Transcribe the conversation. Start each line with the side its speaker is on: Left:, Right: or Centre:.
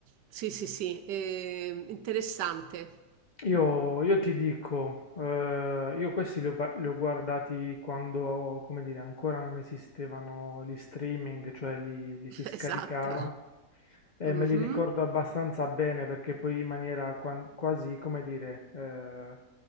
Right: Sì, sì, sì, eh, interessante.
Left: Io, io ti dico, eh, io questi li ho, pa- li ho guardati quando, come dire, ancora non esistevano gli streaming, cioè li, li si
Right: <laughs>
Left: scaricava
Right: Esatto.
Left: e
Right: Mhm,
Left: me li ricordo abbastanza bene perché poi in maniera quan- quasi, come dire, eh,